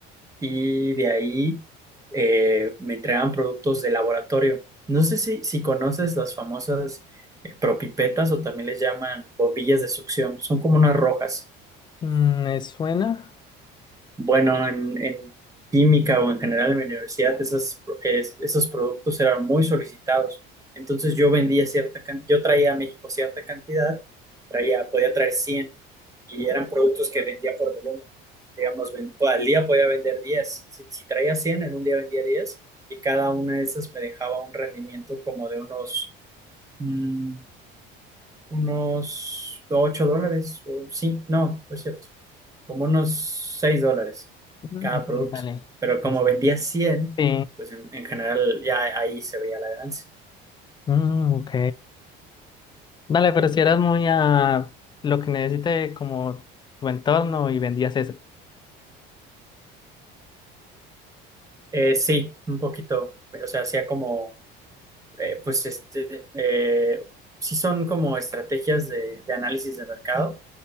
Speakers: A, on the right; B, on the left.
A: y de ahí eh, me entregaban productos de laboratorio. No sé si, si conoces las famosas eh, propipetas o también les llaman bombillas de succión, son como unas rojas.
B: Mm, ¿me suena?
A: Bueno, en, en química o en general en mi universidad, esos, es- esos productos eran muy solicitados. Entonces yo vendía cierta cantidad, yo traía a México cierta cantidad, traía, podía traer 100 y eran productos que vendía por volumen. Digamos, ven- al día podía vender 10. Si, si traía cien en un día vendía 10 y cada una de esas me dejaba un rendimiento como de unos, mm, unos 8 dólares o 5. no, no es cierto como unos 6 dólares
B: Mm,
A: cada
B: ok,
A: producto.
B: dale.
A: Pero como
B: Vicente.
A: vendía 100
B: Sí.
A: pues en, en general ya ahí se veía la ganancia.
B: Mm, ok. Dale, pero si eras muy a lo que necesite como tu entorno y vendías eso.
A: Eh, sí, un poquito, o sea, hacía como, eh, pues este, eh, sí son como estrategias de, de análisis de mercado,